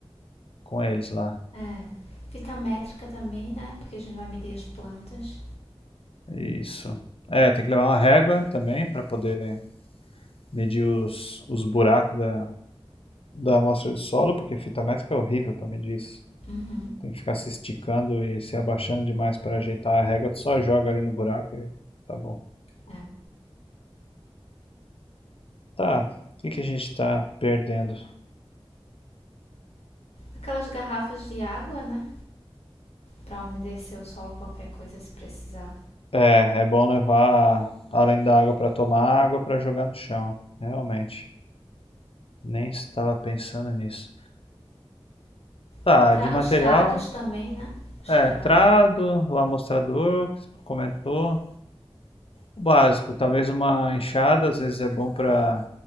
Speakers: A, on the left (about 65°); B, on the left (about 85°).
A: com eles lá.
B: É. Fita métrica também, né? Porque a gente vai medir as plantas.
A: Isso. É, tem que levar uma régua também pra poder medir os, os buracos da, da amostra de solo, porque fita métrica é horrível pra medir isso.
B: Uhum.
A: Tem que ficar se esticando e se abaixando demais para ajeitar a régua. Tu só joga ali no buraco e tá bom.
B: É.
A: Tá, o que que a gente tá perdendo?
B: Aquelas garrafas de água, né? Pra umedecer o solo, qualquer coisa se precisar.
A: É, é bom levar, além da água para tomar, água para jogar no chão. Realmente, nem estava pensando nisso. Tá,
B: O tra-
A: de material,
B: Os trados também, né? Os
A: é,
B: trados.
A: trado, o amostrador, comentou. O básico, talvez uma enxada, às vezes é bom para